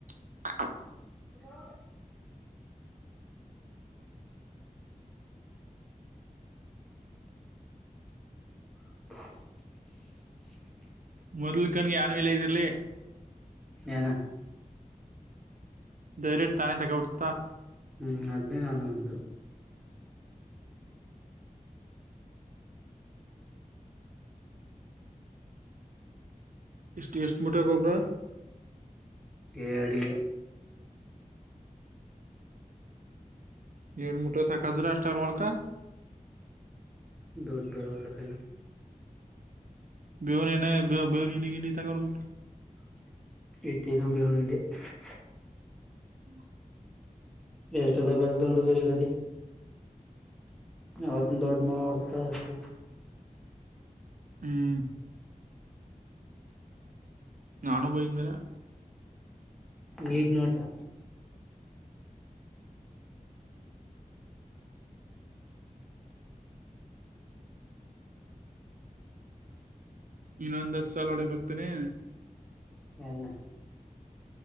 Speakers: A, on the right; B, in the centre.
A: <inaudible>
B: ಹೂ <inaudible>
A: ಮೊದ್ಲು ಕನ್ಗೆ ಯನ ಇಲ್ಲ ಇದಿರ್ಲಿ
B: ಏನ
A: ಧೈರೆ ತಾನೇ ತಗ ಉಡ್ತಾ
B: ಹ್ಮ್ ಅದೇ ನಾನು ಬಂದು
A: ಇಸ್ಟ್ ಈಸ್ಟ್ ಮುಟೆಗಬ್ಬರ
B: ಎಡಿ
A: ಏನಮೂಟರ್ ಸಾಕಾ ಆದುರ್ ಅಷ್ಟಬಡುಕ
B: ದೊಧ ಬೆರೋತಾಕಣ
A: <inaudible>
B: <unintelligible>
A: <inaudible>
B: ಎಷ್ಟು ಅದ ಬೆಲ್ದು ನೋಡ ಸುರಿಗಾಂಧಿ ಅವತ್ ದೊಡ್ಡ ಮಳೆ ಹೊಡ್ತಾರ ಅದೆ
A: ಹ್ಮ್ ನಾನು ಬೈದಾನಲ್
B: ಈಗ್ ನೋಡದ್ದಾ
A: ಇನ್ನೊಂದ್ ದಸ್ ಸಾಲ ಒಡೆಗೆ ಬತ್ತನೆ
B: ಎಲ್ಲಾ